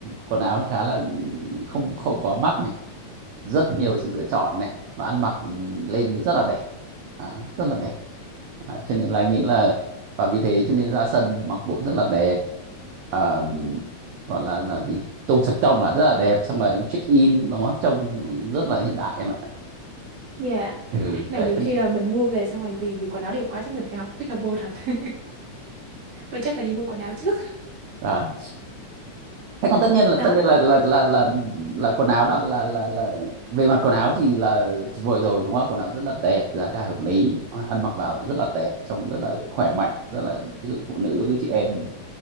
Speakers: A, on the right; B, on the right.
A: quần áo thì khá là không không có mắc này rất nhiều sự lựa chọn này mà ăn mặc lên thì rất là đẹp Đó, rất là đẹp À, cho nên là nghĩ là và vì thế cho nên ra sân mặc bộ rất là đẹp à, gọi là là gì tông sạch trông là rất là đẹp xong rồi check in nó trông rất là hiện đại em ạ
B: dạ.
A: ừ
B: Cái Này
A: đấy
B: nhiều
A: thế-
B: khi là mình mua về xong rồi vì vì quần áo đẹp quá chắc mình phải học Pickleball thật. <laughs> Vậy chắc phải đi mua quần áo trước.
A: đấy. thế
B: <laughs>
A: còn tất nhiên là
B: Đó.
A: tất nhiên là là là là, là quần áo là, là là là về mặt quần áo thì là tuyệt vời rồi đúng không quần áo rất là đẹp giá cả hợp lý ăn mặc vào rất là đẹp trông rất là khỏe mạnh rất là ví dụ phụ nữ chị em